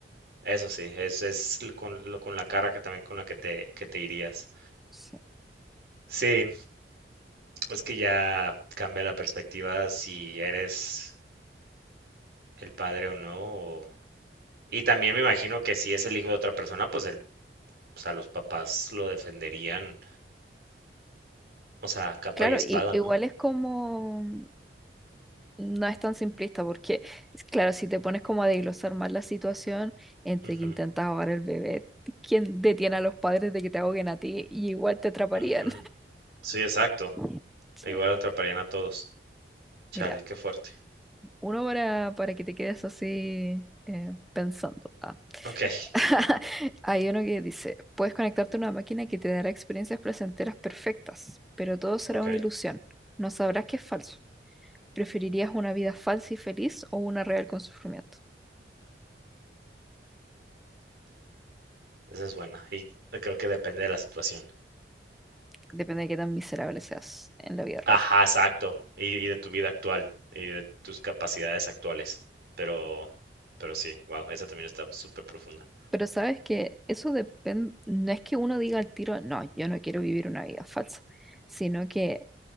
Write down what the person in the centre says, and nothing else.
Sí.
Claro,
i- igual
es como... No es tan simplista porque, es claro, si te pones como a desglosar más la situación entre
que intentas ahogar el bebé, ¿quién detiene a los padres de que te ahoguen a ti? Y igual te atraparían.
<laughs> Sí.
Mira,
Uno para, para que te quedes así eh, pensando. Ah.
<laughs> Hay uno que dice, puedes conectarte a una máquina que te dará experiencias placenteras perfectas, pero todo será
una ilusión. No sabrás que es falso. ¿Preferirías una vida falsa y feliz o una real con sufrimiento?
Depende de qué tan miserable seas en la vida real.
Pero sabes que eso depende, no es que uno diga al tiro, no, yo no quiero vivir una vida falsa, sino que